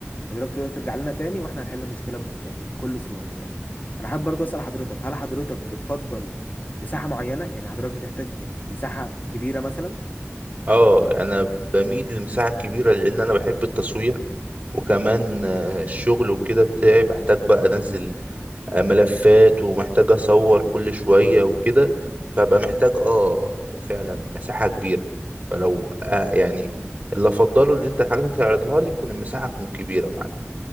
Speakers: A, on the left (about 40°); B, on the right (about 40°).
A: حضرتك تقدر ترجع لنا تاني واحنا هنحل المشكله ب- يعني بكل سهوله ما تقلقش انا حابب برضو اسال حضرتك هل حضرتك بتفضل مساحه معينه يعني حضرتك بتحتاج مساحه كبيره مثلا
B: اه انا بميل للمساحة الكبيرة لان انا بحب التصوير وكمان آه، الشغل وكده بتاعي بحتاج بقى انزل آه، ملفات ومحتاج اصور كل شوية وكده فبقى محتاج اه فعلا مساحة كبيرة فلو آه يعني اللي افضله ان انت الحاجات اللي تعرضها لي تكون المساحة تكون كبيرة معاك